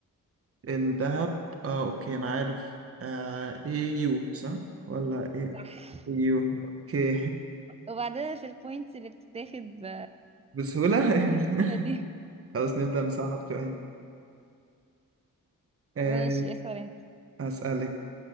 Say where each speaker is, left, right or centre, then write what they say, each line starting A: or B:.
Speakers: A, on the right; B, on the right.
A: الذهب اه اوكي انا عارف آه ايه يو صح ولا ايه
B: صح
A: يو اوكي
B: وبعدين في البوينتس اللي بتتاخد ب...
A: <laughs> بسهولة
B: بكل سهوله دي
A: <laughs> خلاص نبدأ نصعب شوية آه
B: ماشي اسأل انت
A: هسألك